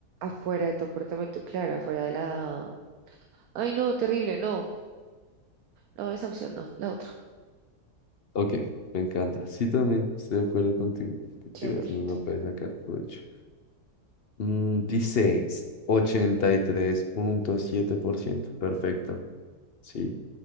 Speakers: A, on the right (about 70°); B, on the left (about 55°).
A: afuera de tu apartamento, claro, afuera de la... Ay, no, terrible, no. No, esa opción no, la otra.
B: Ok, me encanta. Sí, también estoy de acuerdo contigo. Que te
A: Cien
B: digo
A: por
B: que
A: ciento.
B: uno no puede sacar provecho. Mm, dice ochenta y tres punto siete por ciento Perfecto. Sí,